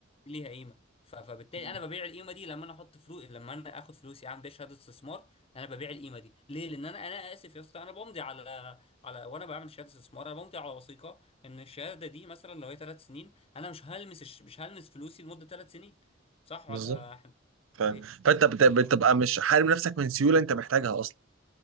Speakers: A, on the left; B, on the right.
A: ليها قيمه ف- فبالتالي
B: مم.
A: انا ببيع القيمه دي لما انا احط فلوس لما انا اخد فلوسي اعمل بيها شهاده استثمار انا ببيع القيمه دي ليه لان انا انا اسف يا اسطى انا بمضي على على وانا بعمل شهاده استثمار انا بمضي على وثيقه ان الشهاده دي مثلا لو هي ثلاث سنين انا مش هلمس الش- مش هلمس فلوسي لمده ثلاث سنين صح
B: بالظبط
A: ولا احنا
B: فاهم
A: بنقول ايه
B: فانت بت-
A: ف- ف-
B: بتبقى مش حارم نفسك من سيوله انت محتاجها اصلا